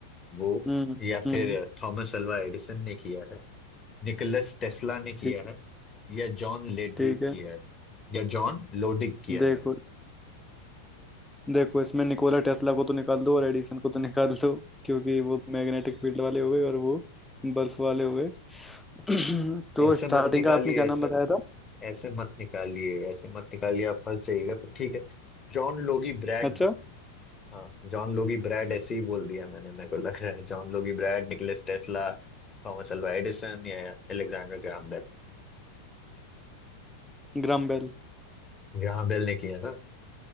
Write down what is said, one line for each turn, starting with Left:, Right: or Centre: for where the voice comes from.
Left: वो
Centre: हम्म
Left: या
Centre: हम्म
Left: फिर थॉमस अल्वा एडिसन ने किया है निकोलस टेस्ला ने
Centre: ठीक
Left: किया
Centre: है
Left: है या जॉन लेडी
Centre: ठीक है
Left: किया है या जॉन लोडिक किया
Centre: देखो
Left: नाम
Centre: इस- देखो इसमें निकोला टेस्ला को तो निकाल दो और एडिसन को तो <laughs> निकाल दो क्योंकि वो मैग्नेटिक फील्ड वाले हो गए और वो बल्ब वाले हो गए <clears throat> तो
Left: ऐसे
Centre: स्टार्टिंग
Left: मत निकालिए
Centre: का आपने क्या नाम
Left: ऐसे
Centre: बताया था
Left: ऐसे मत निकालिए ऐसे मत निकालिए आप फंस जाइएगा तो ठीक है जॉन लोगी ब्रैड
Centre: अच्छा
Left: नाम हाँ जॉन लोगी ब्रैड ऐसे ही बोल दिया मैंने मेरे को लग रहा है John Logie Baird Nicholas Tesla Thomas Alva Edison या Alexander Graham Bell
Centre: Graham Bell
Left: Graham Bell ने किया ना